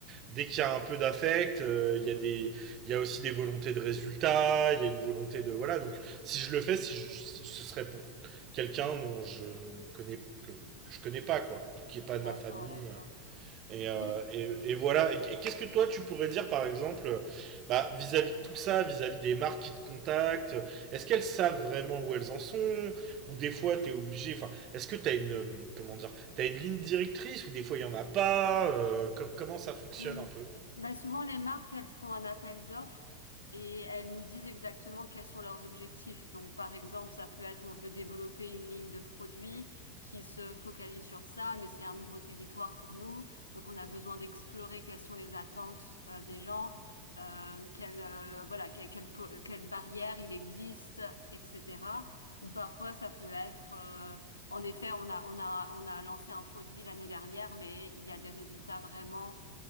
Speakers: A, on the right; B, on the left.
A: dès qu'il y a un peu d'affect, euh, il y a des, il y a aussi des volontés de résultats, il y a une volonté de voilà. Donc si je le fais, si je- ce serait pour quelqu'un dont je ne connais que, que je connais pas quoi, qui est pas
B: D'accord,
A: de ma famille.
B: d'accord.
A: Et, euh,
B: Et,
A: et, et voilà. Et, et qu'est-ce que toi tu pourrais dire par exemple, bah vis-à-vis de tout ça, vis-à-vis des marques qui te contactent, est-ce qu'elles savent vraiment où elles en sont ou des fois t'es obligé. Enfin, est-ce que t'as une euh, comment dire, t'as une ligne directrice ou des fois il y en a pas. euh, co- comment ça fonctionne
B: Hmm.
A: un peu?
B: Bah, souvent, les marques, elles font un appel d'offres et elles nous disent exactement quels sont leurs objectifs. Donc, par exemple, ça peut être on veut développer une ligne de produits qui se focalise sur ça, mais c'est un nouveau territoire pour nous. Donc, on a besoin d'explorer quelles sont les attentes euh, des gens, euh, quelles, euh, voilà, que- quelles, po- quelles barrières il existe, etc. Ou parfois, ça peut être euh, en effet, on a, on a, on a lancé un produit l'année dernière, mais il y a des résultats vraiment